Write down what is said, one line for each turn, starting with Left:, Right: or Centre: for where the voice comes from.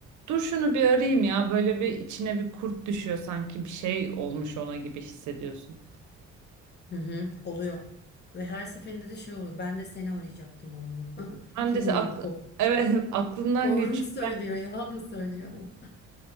Right: Dur şunu bir arayayım ya. Böyle bir içine bir kurt düşüyor sanki bir şey olmuş ona gibi hissediyorsun.
Left: Hı hı, oluyor. Ve her seferinde de şey oluyor. Ben de seni arayacaktım oluyor. <laughs>
Right: Ben de
Left: Bilmiyorum.
Right: aklı,
Left: bu
Right: evet <laughs> aklından
Left: Doğru
Right: geçiyor.
Left: mu söylüyor, yalan mı söylüyor <laughs>